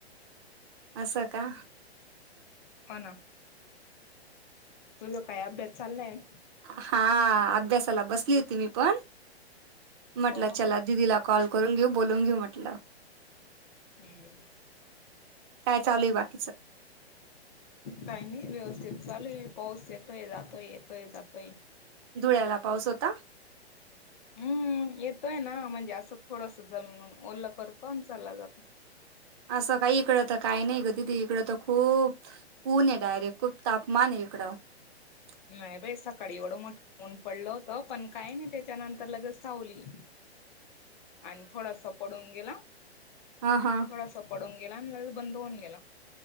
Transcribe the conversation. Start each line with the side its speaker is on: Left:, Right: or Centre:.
Right: असं का
Left: हो ना तुझं काही अपडेट चाललंय
Right: हा अभ्यासाला बसली होती मी पण म्हटलं
Left: हो.
Right: चला दिदीला कॉल करून घेऊ बोलून घेऊ म्हटलं
Left: हम्म
Right: काय चालूय वाट
Left: काही नाही व्यवस्थित चाले पाऊस येतोय जातोय येतोय जातोय
Right: धुळ्याला पाऊस होता
Left: हम्म येतोय ना म्हणजे असं थोडस जमीन ओलला करतो आणि चालला जातो
Right: असं काही इकडं तर काय नाही ग दीदी इकडं तर खूप ऊन आहे डायरेक्ट खूप तापमान आहे इकडं काही येकु येत नाही सर
Left: नाही बाई सकाळी एवढं मोठ ऊन पडलं होतं पण काय नाही त्याच्यानंतर लगेच वली
Right: काही आवाज येत नाही
Left: आणि थोडासा पडून गेला
Right: हा हा
Left: थोडासा पडून गेला तर बंद होऊन गेला